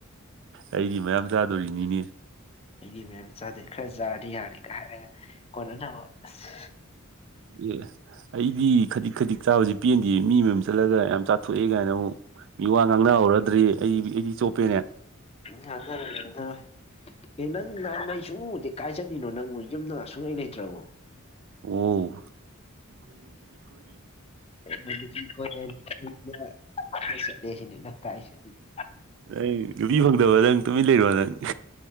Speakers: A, on the right; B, on the left.
A: ꯑꯩꯗꯤ ꯃꯌꯥꯝ ꯆꯥꯗꯣꯔꯤꯅꯤꯅꯦ
B: ꯑꯩꯗꯤ ꯃꯌꯥꯝ ꯆꯥꯗꯦ ꯈꯔꯆꯥꯔꯗꯤ ꯌꯥꯔꯦ ꯀꯍꯥꯏꯔ ꯀꯣꯟꯅꯗꯕ ꯑꯁ
A: ꯑꯦ ꯑꯩꯗꯤ ꯈꯖꯤꯛ ꯈꯖꯤꯛ ꯆꯥꯕꯁꯤ ꯄꯦꯟꯗꯤꯌꯦ ꯃꯤ ꯃꯌꯨꯝ ꯆꯠꯂꯒ ꯌꯥꯝ ꯆꯥꯊꯣꯛꯑꯦ ꯒꯥꯏꯅ ꯃꯨꯛ ꯃꯤ ꯋꯥ ꯉꯥꯡꯅꯍꯧꯔꯗ꯭ꯔꯤ ꯑꯩꯗꯤ ꯑꯩꯗꯤ ꯆꯣꯞꯄꯦꯅꯦ
B: ꯉꯥꯡꯅꯔꯣꯏ ꯉꯥꯡꯅꯔꯣꯏ ꯑꯦ ꯅꯪ ꯅꯍꯥꯟꯒꯩ ꯁꯨꯛꯎ ꯎꯗꯦ ꯀꯥꯏꯆꯠꯂꯤꯅꯣ ꯅꯪꯕꯨ ꯌꯨꯝꯗ ꯒ ꯁꯨꯡꯂꯩ ꯂꯩꯇ꯭ꯔꯕꯣ
A: ꯑꯝ
B: ꯑꯟꯏꯟꯇꯦꯜꯂꯤꯖꯦꯕꯜ ꯗ ꯇꯥꯏꯁ ꯑꯗꯨꯤꯗꯤ
A: ꯑꯩ ꯅꯨꯄꯤ ꯀꯣꯏ ꯐꯪꯗꯕ ꯅꯪ ꯇꯨꯃꯤꯟ ꯂꯩꯔꯣ ꯅꯪ